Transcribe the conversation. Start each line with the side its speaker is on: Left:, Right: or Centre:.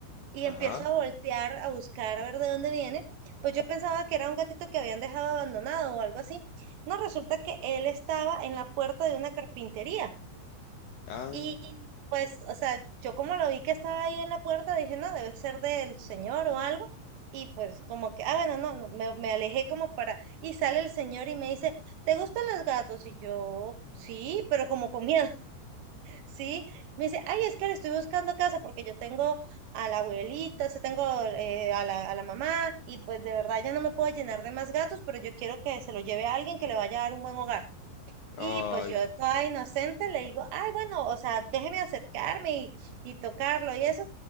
Right: y
Left: Ajá.
Right: empiezo a voltear, a buscar, a ver de dónde viene, pues yo pensaba que era un gatito que habían dejado abandonado o algo así. No, resulta que él estaba en la puerta de una carpintería.
Left: Ah,
Right: Y pues, o sea, yo como lo vi que estaba ahí en la puerta, dije, no, debe ser del señor o algo. Y pues como que, ah, bueno, no, no, me, me alejé como para... Y sale el señor y me dice, ¿te gustan los gatos? Y yo, sí, pero como con miedo. Sí, me dice, ay, es que le estoy buscando casa porque yo tengo a la abuelita, o sea, tengo eh, a la, a la mamá y pues de verdad ya no me puedo llenar de más gatos, pero yo quiero que se lo lleve a alguien que le vaya a dar un buen hogar.
Left: ay.
Right: Y pues yo toda inocente le digo, ay, bueno, o sea, déjeme acercarme y, y tocarlo y eso.